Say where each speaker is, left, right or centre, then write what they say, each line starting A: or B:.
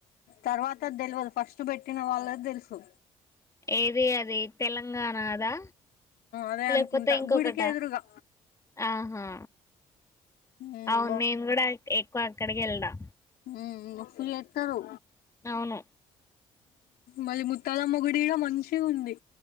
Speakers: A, on the left; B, on the left.
A: తర్వాత తెలవద్ ఫస్ట్ పెట్టిన వాళ్ళది తెలుసు
B: ఏది అది తెలంగాణదా
A: అదే
B: లేకపోతే
A: అనుకుంటా
B: ఇంకొకట
A: గుడికి ఎదురుగా
B: ఆహా
A: ఉమ్
B: అవును నేను కూడా ఎక్కువ కడిగిఎళ్దా
A: మ్మ్ ఫులి ఎడతారు
B: అవును
A: మళ్ళీ ముత్తాలమ్మ గుడి లో మంచిగా ఉంది